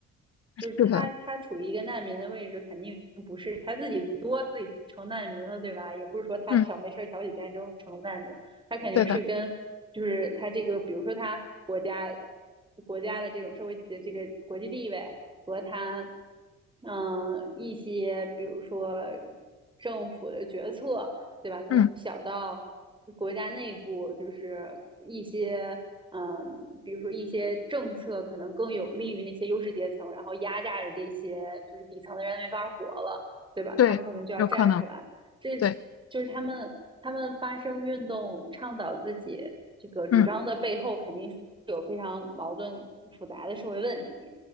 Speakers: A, on the right; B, on the left.
A: 就是他他处于一个难民的位置，
B: 是的，
A: 肯定不是他自己作自己成难民了，对吧？也不是说他挑没事挑起战争成难民，
B: 嗯，
A: 他肯定是跟就是他这个，
B: 对的，
A: 比如说他国家国家的这种社会的这个国际地位和他嗯、呃一些比如说政府的决策，对吧？可能小到
B: 嗯，
A: 国家内部就是一些，嗯，比如说一些政策可能更有利于那些优势阶层，然后压榨着这些就是底层的人没法活了，对吧？
B: 对，
A: 他们可能就要站出来，
B: 有可能，
A: 这这就是他们他们发生运动倡导自己这个主张的背后，
B: 对，嗯
A: 肯定是有非常矛盾复杂的社会问题，